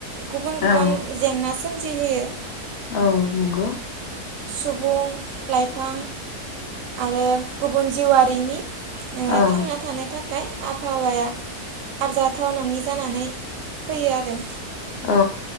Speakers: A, on the right; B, on the left.
A: गुबुन- गुबुन
B: औ
A: जेंनासो सोमजि हैयो।
B: औ नंगौ।
A: सुबुं, लाइफां आरो गुबुन जिउआरिनि ओ
B: औ
A: थांना थानो थाखाय। आबहावाया आरजाथाव नोंङि जानानै फैयो आरो।
B: औ